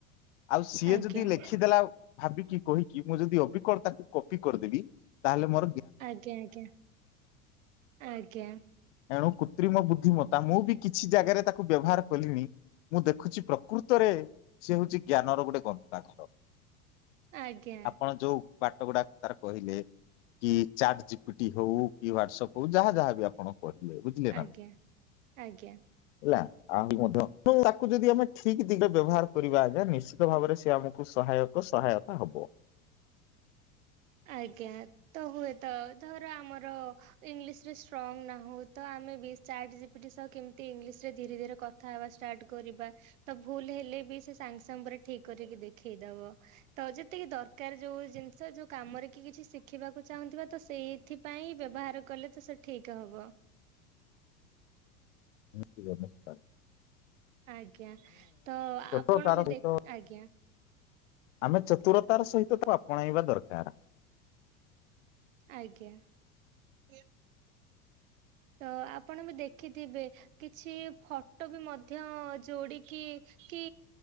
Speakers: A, on the left; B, on the right.
A: ଆଉ ସିଏ
B: ଆଜ୍ଞା
A: ଯଦି
B: ଆଜ୍ଞା
A: ଲେଖିଦେଲା। ଭାବିକି କହିକି ମୁଁ ଯଦି ଅଭି୍ ତାକୁ କପି କରିଦେବି, ତାହେଲେ ମୁଁ
B: ଆଜ୍ଞା ଆଜ୍ଞା <inaudible> ଆଜ୍ଞା।
A: ଏଣୁ କୃତ୍ରିମ ବୁଦ୍ଧିମତା ମୁଁ ବି କିଛି ଜାଗାରେ ତାକୁ ବ୍ୟବହାର କଲିଣି। ମୁଁ ଦେଖୁଚି ପ୍ରକୃତରେ ସେ ହଉଚି ଜ୍ଞାନର ଗୋଟେ ଗନ୍ତାଘର।
B: ଆଜ୍ଞା
A: ଆପଣ ଯୋଉ ବାଟ ଗୁଡାକ ତାର କହିଲେ କି ଚାଟ ଜିପିଟି ହଉ କି ହ୍ଵାଟସପ୍ ହଉ ଯାହା ଯାହାବି ଆପଣ କର ବୁଝିଲେ
B: ଆଜ୍ଞା ଆଜ୍ଞା
A: ନା <inaudible> ହେଲା।
B: ଆଜ୍ଞା।
A: ଆହୁ ମଧ୍ୟ ଯୋ ତାକୁ ଯଦି ଆମେ ଠିକ ଦିଗରେ ବ୍ୟବହାର କରିବା ଆଜ୍ଞା ନିଶ୍ଚିତ ଭାବରେ ସେ ଆମକୁ ସହାୟକ ସହାୟତା ହବ।
B: ଆଜ୍ଞା ତ ହୁଏତ ଧର ଆମର ଇଂଲିଶରେ ଷ୍ଟ୍ରଙ୍ଗ ନା ହଉ ତ ଆମେ ବି ଚାଟ୍ ଜପିଟ୍ ସହ କେମିତି ଇଂଲିଶ ରେ ଧୀରେ ଧୀରେ କଥା ହବା ଷ୍ଟାର୍ଟ କରିବା। ତ ଭୁଲ ହେଲେ ବି ସେ ସାଙ୍ଗେ ସାଙ୍ଗରେ ଠିକ କରିକି ଦେଖେଇଦବ। ତ ଯେତିକି ଦରକାର ଯୋଉ ଜିନିଷ ଯୋଉ କାମରେ କିଏ କିଛି ଶିଖିବାକୁ ଚାହୁଁଥିବା ତ ସେଇଥିପାଇଁ ବ୍ୟବହାର କଲେ ତ ସେ ଠିକ ହବ। <inaudible>
A: ନିଶ୍ଚତ ନିଶ୍ଚ
B: ଆଜ୍ଞା ତ
A: ଚତୁରତାର
B: ଆପଣ ବି
A: ସହିତ
B: ଦେଖ, ଆଜ୍ଞା।
A: ଆମେ ଚତୁରତାର ସହିତ ତାକୁ ଆପଣେଇବା ଦରକାର। <inaudible>
B: ଆଜ୍ଞା। ହେ <inaudible> ତ ଆପଣ ବି ଦେଖିଥିବେ କିଛି ଫଟୋ ବି ମଧ୍ୟ ଯୋଡିକି କି